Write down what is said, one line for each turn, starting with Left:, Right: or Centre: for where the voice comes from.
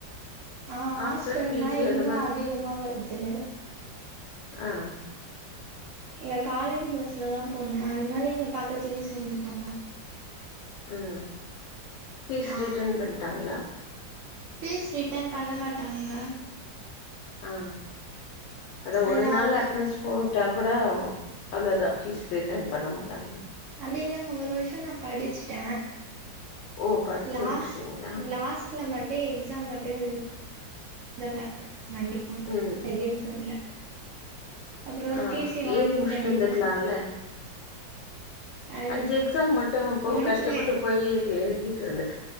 Right: அ
Left: ஹாஸ்டல்
Right: ஹாஸ்டல்னா
Left: பி ஜி
Right: இன்னு
Left: அந்த
Right: அதிகமா வர்து
Left: அம்
Right: இல்ல காலேஜ் பஸ்ல தா போன அதனால இங்க பக்கத்துலயே சேந்துட்டங்க
Left: ம் ஃபீஸ்
Right: ஆ
Left: ரிட்டன் பண்ட்டாங்ளா
Right: ஃபீஸ் ரிட்டன் பண்ண மாட்டாங்க
Left: அ அதா
Right: அது
Left: ஒரு நாள்ல
Right: அவ்
Left: அட்னன்ஸ் போய்ட்டா கூடோ அவ்ளதா ஃபீஸ் ரிட்டன் பண்ண மாட்டாங்க
Right: அப்டி இல்லங்க ஒரு வருஷோ நா படிச்சிட்ட
Left: ஓ படிச்சு
Right: லாஸ்
Left: முடிச்சுட்டீங்களா
Right: லாஸ்ட்ல மட் டே எக்ஸாம் மட்டு எழ்தன ஆண்ட் எகஸம்
Left: ம்
Right: செகேண்ட் செம்ல அப்றோ
Left: அ
Right: டி சி வாங்கிட்டேங்க
Left: எய்தி முஸ்ட்டு இந்துருக்லால்ல
Right: இப்போ அது
Left: அஞ்சி எக்ஸாம் மட்டு போ
Right: முடிக்கல
Left: கஷ்டப்பட்டு போய் எழ்த் எழுதிட்றது